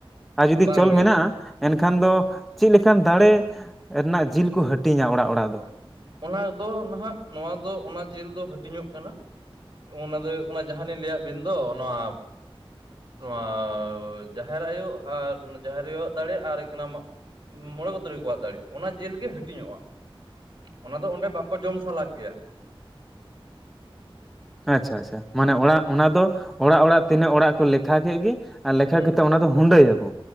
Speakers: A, in the centre; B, on the right (about 55°).
A: ᱟᱨ ᱡᱩᱫᱤ
B: ᱵᱟᱝᱜᱮ
A: ᱪᱚᱞ ᱢᱮᱱᱟᱜᱼᱟ, ᱮᱱᱠᱷᱟᱱ ᱫᱚ ᱪᱤᱫ ᱞᱮᱠᱟᱱ ᱫᱟᱲᱮ ᱨᱮᱱᱟᱜ ᱡᱤᱞ ᱠᱚ ᱦᱟᱹᱴᱤᱧᱟ ᱚᱲᱟᱜ ᱚᱲᱟᱜ ᱫᱚ?
B: ᱚᱱᱟ ᱫᱚ ᱱᱟᱦᱟᱜ ᱱᱚᱣᱟ ᱫᱚ ᱚᱱᱟ ᱡᱮᱞ ᱫᱚ ᱦᱟᱹᱴᱤᱧᱚᱜ ᱠᱟᱱᱟ᱾ ᱚᱱᱟ ᱫᱚ ᱦᱳᱭᱳᱜ ᱠᱟᱱᱟ ᱡᱟᱦᱟᱸ ᱞᱤᱧ ᱞᱟᱹᱭ ᱟᱫ ᱵᱤᱱ ᱫᱚ ᱱᱚᱣᱟ ᱱᱚᱣᱟ ᱡᱟᱦᱮᱨ ᱟᱭᱳ ᱟᱨ ᱡᱟᱦᱮᱨ ᱟᱭᱳᱟᱜ ᱫᱟᱲᱮ ᱟᱨ ᱦᱳᱭᱳᱜ ᱠᱟᱱᱟ ᱢᱚᱬᱮ ᱠᱚ ᱛᱩᱨᱩᱭ ᱠᱚᱣᱟᱜ ᱫᱟᱲᱮ ᱚᱱᱟ ᱡᱮᱞ ᱜᱮ ᱦᱟᱹᱴᱤᱧᱚᱜᱼᱟ᱾ ᱚᱱᱟ ᱫᱚ ᱚᱸᱰᱮ ᱵᱟᱠᱚ ᱡᱚᱢ ᱥᱟᱞᱟᱜ ᱜᱮᱭᱟ᱾
A: ᱟᱪᱪᱷᱟ ᱟᱪᱪᱷᱟ ᱢᱟᱱᱮ ᱚᱲᱟᱜ ᱚᱱᱟ ᱫᱚ ᱚᱲᱟᱜ ᱚᱲᱟᱜ ᱛᱤᱱᱟᱹᱜ ᱚᱲᱟᱜ ᱠᱚ ᱛᱷᱟ ᱠᱮᱫ ᱜᱮ ᱟᱨ ᱞᱮᱠᱷᱟ
B: ᱦᱩᱸ
A: ᱠᱟᱛᱮᱫ ᱚᱱᱟ ᱫᱚ ᱦᱩᱰᱟᱹᱭᱟᱠᱚ